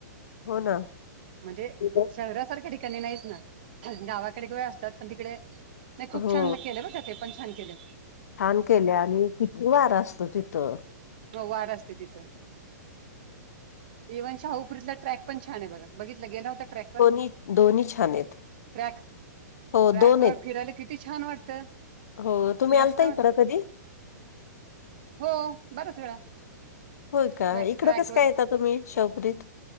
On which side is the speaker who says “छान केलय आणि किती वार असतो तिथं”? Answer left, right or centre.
Left